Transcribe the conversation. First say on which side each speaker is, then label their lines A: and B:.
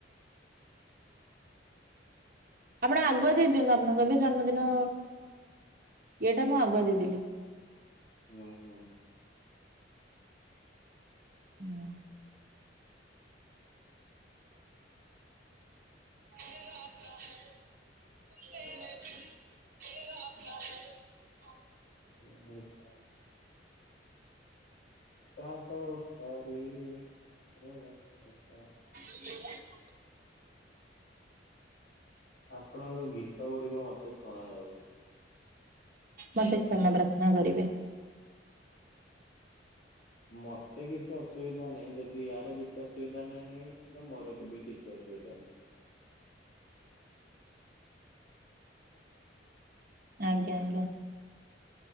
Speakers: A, on the right; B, on the left.
A: ଆପଣ ଆଗୁଆ ଦେଇଦିଅନ୍ତୁ। ଆପଣଙ୍କୁ ଏବେ ଜନ୍ମଦିନ ଇଏଟା ମୁଁ ଆଗୁଆ ଦେଇଦେଲି।
B: ହୁଁ ହୁଁ।
A: <inaudible> <unintelligible> <unintelligible>
B: <unintelligible> <unintelligible>
A: <inaudible>
B: ଆପଣଙ୍କ ଗୀତ ଗୁଡିକ ମତେ ଶୁଣା ଯାଉଚି।
A: ମତେ କ୍ଷମା ପ୍ରାର୍ଥନା କରିବେ।
B: ମତେ କିଛି ଅସୁବିଧା ନାହିଁ। ଯଦି ୟାର କିଛି ଅସୁବିଧା ନା ନହିଁ ହେଲେ ମୋର ବି କିଛି କିଛି ଅସୁବିଧା ନାହିଁ। <unintelligible>
A: ଆଜ୍ଞା ଆଜ୍ଞା।